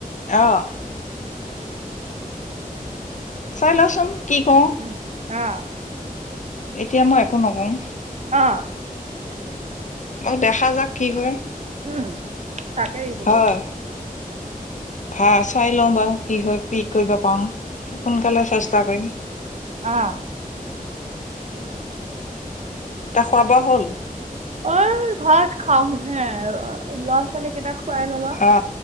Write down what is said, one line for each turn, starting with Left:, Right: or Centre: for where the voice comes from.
Left: অঁ। চাই লচোন কি কওঁ।
Right: উমঁ, অ।
Left: এতিয়া মই একো নকওঁ।
Right: অঁ!
Left: অঁ দেখা যাক কি হয়।
Right: উমঁ, তাকেই বোলো।
Left: হয় ভা চাই লওঁ বাৰু কি হয়, কি কৰিব পাৰো সোনকালে চেষ্টা কৰিম।
Right: অঁ!
Left: এটা খোৱা বোৱা হ'ল?
Right: অএ ভাত খাম হে আৰু ল'ৰা-ছোৱালী কেইটা খুৱাই ল'লো।
Left: অ